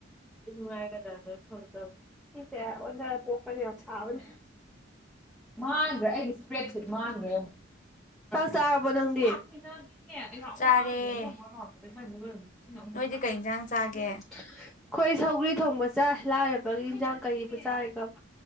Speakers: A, in the centre; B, on the left.
A: ꯏꯃꯗ ꯈꯪꯗ ꯁꯤꯁꯦ ꯑꯣ ꯄꯣꯛꯀꯅꯤ ꯌꯥꯝ ꯁꯥꯕꯅꯦ ꯃꯥꯡꯈ꯭ꯔꯦ ꯑꯩꯒꯤ ꯏꯁꯄ꯭ꯔꯦꯠꯁꯤ ꯃꯥꯡꯈ꯭ꯔꯦ ꯆꯥꯔꯕꯣ ꯅꯪꯗꯤ <unintelligible> ꯑꯩꯈꯣꯏ
B: ꯆꯥꯔꯦ ꯅꯣꯏꯗꯤ ꯀꯩ ꯏꯟꯁꯥꯡ ꯆꯥꯒꯦ
A: ꯁꯧꯒ꯭ꯔꯤ ꯊꯣꯡꯕ ꯆꯥꯏ ꯂꯥꯏꯔꯕꯒꯤ ꯏꯟꯖꯥꯡ ꯀꯔꯤꯕꯨ ꯆꯥꯔꯤꯒꯕ